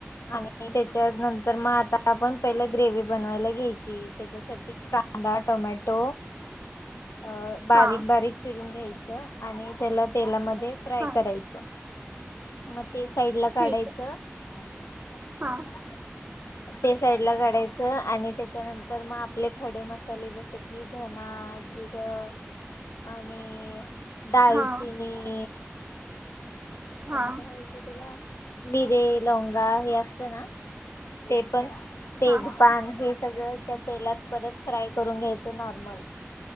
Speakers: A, on the left; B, on the right.
A: आणि त्याच्या नंतर म आता आपण पहिले ग्रेवी बनवायला घ्यायची त्याच्यासाठी कांदा, टोमॅटो अ बारीक
B: हा
A: बारीक चिडून घ्याय आणि त्याला तेलाम ते फ्राय
B: हा
A: करायचं. मत ते साईड ला काढायचं
B: ठीक आहे
A: <inaudible>
B: हा
A: ते साईड ला काढायचं आणि त्याच्यानंतर मग आपले खडे मसाले जसे कि धना जिरं आणि दालचिनी
B: हा हा
A: आणि काय होतय तुला मिरे, लवंगा हे असत ना ते पण तेजपान
B: हा हा
A: हे सगळं त्या तेलात परत फ्राय करून घ्यायचं नॉर्मल